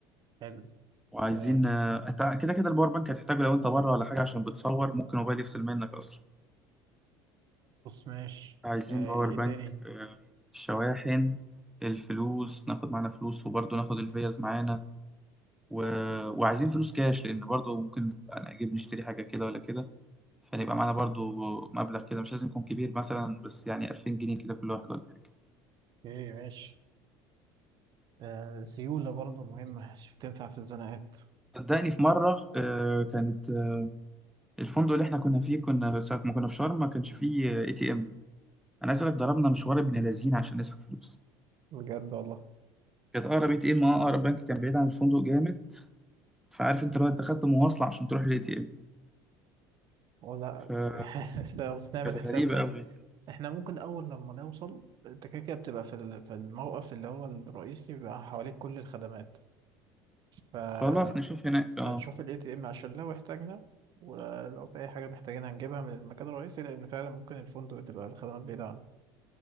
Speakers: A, on the right (about 50°); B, in the centre.
A: حلو
B: وعايزين
A: وخلاص
B: آه، أنت كده كده الباور بانك هتحتاجه لو أنت بره ولا حاجة عشان بتصور ممكن موبايل يفصل منك أصلا
A: ماشي
B: عايزين
A: آه،
B: باور
A: ايه
B: بانك
A: تاني
B: آه، الشواحن الفلوس ناخد معانا فلوس وبرضه ناخد الفيز معانا و... وعايزين فلوس كاش لأن برضه ممكن أنا أجيب نشتري حاجة كده ولا كده فنبقى معانا برضه مبلغ كده مش لازم يكون كبير مثلا بس يعني 2000 جنيه كده كل واحد ولا حاجة
A: ايه ماشي آه سيولة برضه مهمة شوف تنفع في الزناقات
B: صدقني في مرة آه، كانت آه، الفندق اللي احنا كنا فيه كنا ساعة ما كنا في شرم ما كانش فيه اي تي ام أنا عايز أقول لك ضربنا مشوار ابن لذين عشان نسحب فلوس
A: بجد والله
B: كانت أقرب اي تي ام اه أقرب بنك كان بعيد عن الفندق جامد فعارف انت لو انت خدت مواصلة عشان تروح للاي تي ام.
A: ولا
B: فكانت
A: <laughs> بس نعمل
B: غريبة
A: حسابنا
B: أوي
A: احنا ممكن اول لما نوصل انت كده كده بتبقى في ال- في الموقف اللي هو الرئيسي بيبقى حواليك كل الخدمات ف...
B: خلاص نشوف هناك اه
A: فنشوف الاي تي ام عشان لو احتاجنا ولو في اي حاجة محتاجين هنجيبها من المكان الرئيسي لان فعلا ممكن الفندق تبقى الخدمات بعيدة عنه